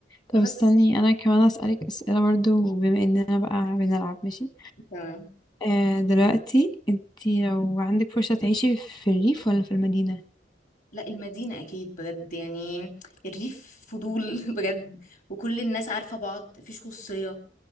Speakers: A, on the left; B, on the left.
A: طب استني
B: بس
A: انا كمان اسالك اسئله برضو بما اننا بقى بنلعب ماشي
B: تمام
A: آه دلوقتي انتي لو عندك فرصة تعيشي في الريف ولا في المدينة
B: لا المدينة أكيد بجد يعني الريف فضول <laughs> بجد وكل الناس عارفة بعض مفيش خصوصية